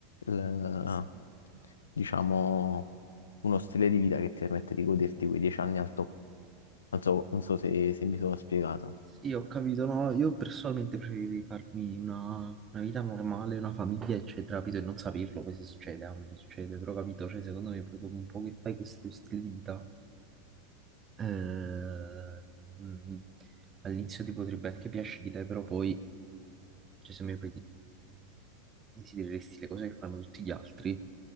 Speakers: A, on the left (about 75°); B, on the right (about 25°).
A: il- diciamo, uno stile di vita che ti permette di goderti quei dieci anni al top. Non so, non so se, se mi sono spiegato.
B: Sì, ho capito, no, io personalmente preferirei farmi una, una vita normale, una famiglia, eccetera, capito, e non saperlo, poi se succede, a me non succede, però capito, cioè secondo me poi dopo un po' che fai questo stile di vita, eh, mm, all'inizio ti potrebbe anche piacere, però poi, cioè se mi poi ti- desidereresti le cose che fanno tutti gli altri,